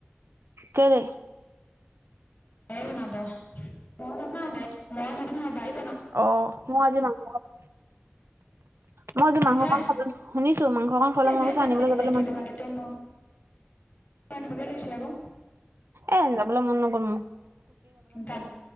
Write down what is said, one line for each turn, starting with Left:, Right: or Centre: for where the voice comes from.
Right: কেৰে
Left: বায়ে <unintelligible>
Right: অ, মই আজি মাংস, মই আজি
Left: শুনিছা
Right: মাংস <unintelligible> শুনিছ <unintelligible>
Left: এনে এটা
Right: আনিবলৈ
Left: পাতি
Right: যাবলৈ
Left: চাতি
Right: মানু্হ
Left: ধোৱা
Right: নাই।
Left: দায়িত্ব মই আনিবগে লাগিছিলে আকৌ।
Right: এ যাবলে মন নগল ম
Left: দা